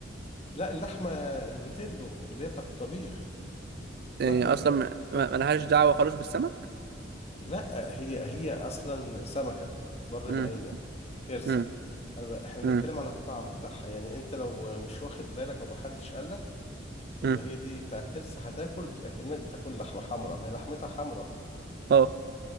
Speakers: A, on the left; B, on the right.
A: لا اللحمة البتلو اللي هي بتاعت الطبيخ
B: يعني
A: لحمة
B: أصلا
A: الطبيخ
B: ما
A: الطب...
B: ما- ملهاش دعوة خالص بالسمك؟
A: لا هي هي أصلا سمكة بر
B: مم.
A: مائية ترسة
B: مم.
A: أنا ب... إحنا بنتكلم
B: مم.
A: على الطعم بتاعها يعني أنت لو مش واخد بالك أو محدش قالك
B: مم.
A: إن هي دي بتاعت ترسة هتاكل أكنك بتاكل لحمة حمرا ما هي لحمتها حمرا
B: آه